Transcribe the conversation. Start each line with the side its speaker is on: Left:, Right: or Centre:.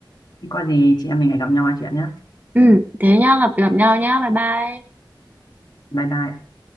Left: Thế có gì chị em mình lại gặp nhau nói chuyện nhé.
Right: ừ thế nhá gặp gặp nhau nhá bye bye
Left: Bye bye. ạ.